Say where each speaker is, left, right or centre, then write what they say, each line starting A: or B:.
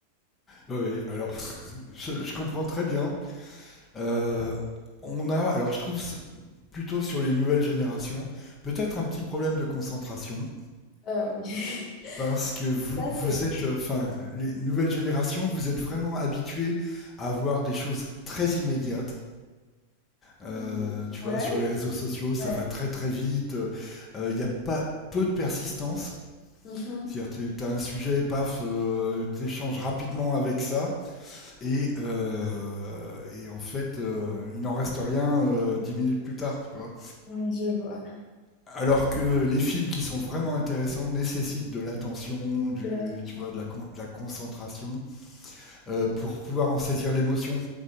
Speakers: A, on the left (about 15°); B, on the left (about 35°).
A: Ouais, ouais, alors, <laughs> je, je comprends très bien. Euh, on a, alors je trouve s- plutôt sur les nouvelles générations, peut-être un petit problème de concentration.
B: Euh, <laughs>
A: parce que vous,
B: Ça,
A: vous
B: c'est...
A: êtes, euh, enfin, les nouvelles générations, vous êtes vraiment habitués à avoir des choses très immédiates. Euh,
B: mm,
A: tu
B: ouais,
A: vois, sur les réseaux sociaux, ça
B: ouais.
A: va très très vite. Il euh, Il n'y a pas peu de persistance.
B: Mhm.
A: C'est-à-dire, tu as un sujet, paf, euh, t'échanges rapidement avec ça, et, euh, et en fait, euh, il n'en reste rien euh, dix minutes plus tard, tu vois.
B: Oui, je vois
A: Alors que les films qui sont vraiment intéressants nécessitent de l'attention, du,
B: de l'attention.
A: tu vois, de la, con- de la concentration, euh, pour pouvoir en saisir l'émotion,